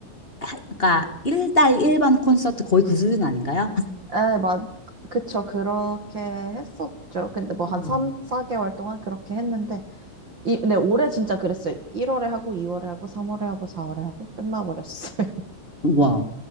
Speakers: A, on the left (about 30°); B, on the right (about 85°).
A: 하- 그러니까 1달 1번 콘서트 거의 그 수준 아닌가요?
B: 에, 맞, 그쵸. 그렇게 했었죠. 근데 뭐
A: 우와.
B: 한 3, 4개월 동안 그렇게 했는데, 이, 근데 올해 진짜 그랬어요. 1월에 하고, 2월에 하고, 3월에 하고, 4월에 하고, 끝나버렸어요. <laughs>
A: 우와.